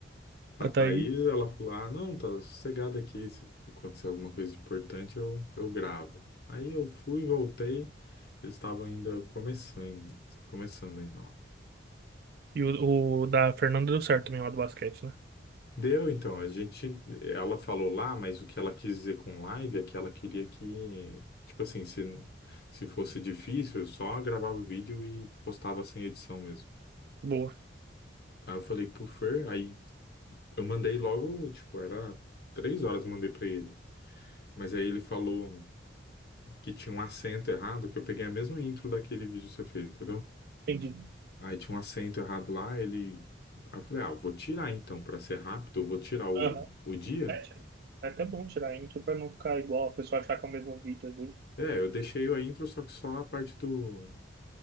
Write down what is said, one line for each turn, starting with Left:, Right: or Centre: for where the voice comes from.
Left: a,
Right: a
Left: a Thaís,
Right: Thaís.
Left: ela falou: Ah, não, tá sossegada aqui. Se acontecer alguma coisa importante, eu, eu gravo. Aí eu fui, voltei. Eles estavam ainda começando, começando ainda lá.
Right: E o, o da Fernanda deu certo também, lá do basquete, né?
Left: Deu, então. A gente, ela falou lá, mas o que ela quis dizer com live é que ela queria que, tipo assim, se, se fosse difícil, eu só gravava o vídeo e postava sem edição mesmo.
Right: Boa.
Left: Aí eu falei pro Fer, aí eu mandei logo, tipo, era três horas, mandei pra ele. Mas aí ele falou que tinha um acento errado, que eu peguei a mesma intro daquele vídeo que você fez, entendeu?
Right: Entendi.
Left: Aí tinha um acento errado lá, ele. Aí eu falei, ah, vou tirar então, pra ser rápido, eu vou tirar o,
Right: Aham.
Left: o dia.
Right: Sete, né? É até bom tirar índio pra não ficar igual, a pessoa achar que é o mesmo vídeo, às vezes,
Left: É, eu deixei a intro, só que só a parte do,